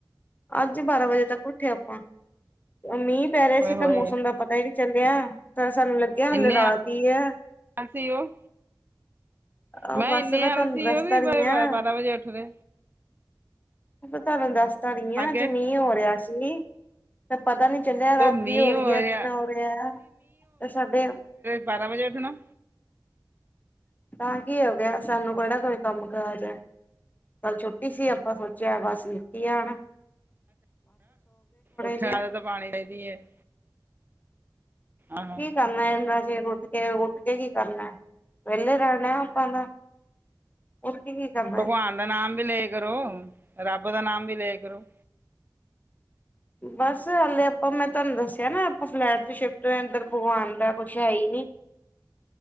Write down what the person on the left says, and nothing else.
ਅੱਜ ਬਾਰਾਂ ਵਜੇ ਤੱਕ ਉੱਠੇ ਆਪਾਂ ਅਮੀਰ ਪੈ ਰਿਹਾ
ਸੀ
ਤਾਂ ਮੌਸਮ ਦਾ ਪਤਾ ਹੀ ਨਹੀਂੀ ਚੱਲਿਆ ਤਾਂ ਸਾਨੂੰ ਲੱਗ ਕੀ ਹਾਲ
ਰਾਤ ਹੀ ਹੈ
ਆ
ਬੱਸ
ਪਤਾਾਨੂੰ
ਰਸਤਾ
ਰੀਆਂ
ਤੁਹਾਨੂੰ ਦੱਸਦਾ ਨੀ ਆ
ਜਮੀਹ ਹੋ ਰਿਹਾ ਸੀ ਤੇ ਪਤਾ ਨੀ ਚੱਲਿਆ ਰਾਤੀ
ਹੋ ਰਹੀ ਹੈ ਕਿੰਨਾ
ਹੋ ਰਿਹਾ ਤੇ ਸਾਡੇ
ਤਾਂ ਕੀ ਹੋ ਗਿਆ ਸਾਨੂੰ ਕਿਹੜਾ ਕੋਈ ਕੰਮ ਕਾਜ ਹੈ ਕੱਲ ਛੁੱਟੀ ਸੀ ਆਪਾਂ ਸੋਚਿਆ ਬਸ ਲਿਤੀ ਆ ਆ ਨਾ
ਜਿਹੇ
ਕੀ ਕਰਨਾ ਇਹਦਾ ਫਿਰ ਉੱਠ ਕੇ ਉੱਠ ਕੇ ਕੀ ਕਰਨਾ ਵਿਹਲੇ ਰਹਿਣਾ ਆਪਾਂ ਦਾ ਉਹਰ ਕੀ ਕੀ ਕਰ
ਬਸ ਹਾਲੇ ਆਪਾਂ ਮੈਂ ਤੁਹਾਨੂੰ ਦੱਸਿਆ ਨਾ ਆਪਾਂ ਫਲੈਟ ਚ ਸ਼ਿਫਟ ਹੋਏ ਇੰਧਰ ਭਗਵਾਨ ਦਾ ਕੁਛ ਹੈ ਹੀ ਨਹੀਂੀ